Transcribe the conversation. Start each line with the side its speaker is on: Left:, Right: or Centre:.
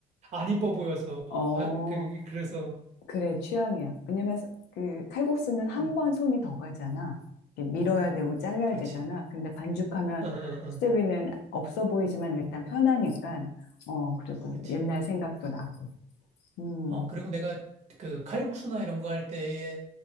Right: 안 이뻐 보여서,
Left: 어,
Right: 바- 그, 그, 그래서,
Left: 그래, 취향이야. 왜냐면 그 칼국수는 한
Right: 어,
Left: 번 손이 더 가잖아. 이렇게 밀어야 되고 잘라야
Right: 그렇지.
Left: 되잖아. 근데 반죽하면
Right: 어, 어,
Left: 수제비는
Right: 어,
Left: 없어 보이지만 일단 편하니까. 어, 그리고
Right: 그렇지.
Left: 옛날 생각도 나고. 음,
Right: 어, 그리고 내가 그 칼국수나 이런 거 할 때에